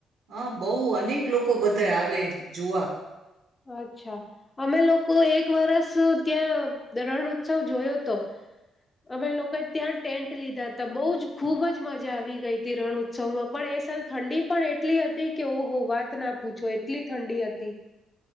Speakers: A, on the right; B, on the left.
A: હા, બહુ અનેક લોકો બધા આવે જોવા.
B: અચ્છા અમે લોકો એક વરષ ત્યાં રણ ઉત્સવ જોયો હતો અમે લોકો ત્યાં ટેન્ટ લીધા હતા બહુ જ ખુબ જ મજા આવી ગઈ હતી રણ ઉત્સવમાં પણ એ સાલ ઠંડી પણ એટલી હતી કે ઓહો વાત ના પૂછો એટલી ઠંડી હતી.